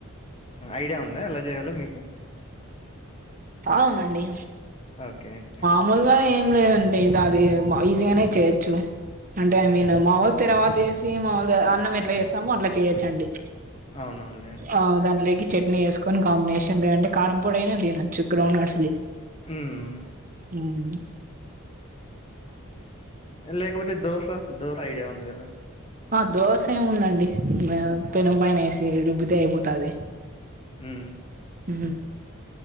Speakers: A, on the left; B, on the right.
A: ఐడియా ఉందా ఎలా చేయాలో మీకు
B: అవును అండీ
A: ఓకే ఓకే
B: ముూల్ గా ఏం లేదండి ఇది అది ఈజీగానే చేయొచ్చు అంటే
A: ఓకే
B: ఐ మీన్ మావల్ తిర్వాత వేసి మామల్గా అన్నం ఎట్లా చేస్తామో అట్లా చేయొచ్చు అండీ
A: అవునవునులేండి
B: ఆ దాంట్లోకి చట్నీ వేసుకొని కాంబినేషన్ లే అంటే కారం పొడి అయినా తినొచ్చు గ్రౌండ్నట్స్ ధి
A: ఉం
B: ఉం
A: లేకపోతే దోశ దోశ ఐడియా ఉంది కదా
B: ఆ దోశ ఏముందండి పెన్నం పైన వేసి రుబ్బితే అయిపోతాది
A: ఉం
B: ఉం